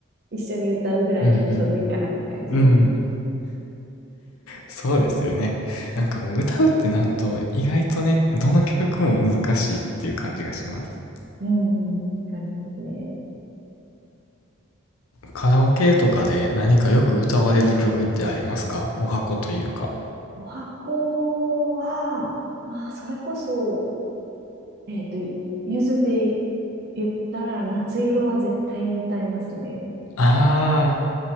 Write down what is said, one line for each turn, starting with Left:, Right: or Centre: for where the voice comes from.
Right: 一緒に歌うぐらいがちょうどいいかなって感じです。
Left: うん。うん。そうですよね。なんかもう歌うってなると意外とね、どの曲も難しいっていう感じがします。
Right: うんうん、わかりますね。
Left: カラオケとかで何かよく歌われる曲ってありますかお箱というか。
Right: お箱は、まあ、それこそ、えっと、ゆずで言ったら夏色は絶対に歌いますね。
Left: ああ、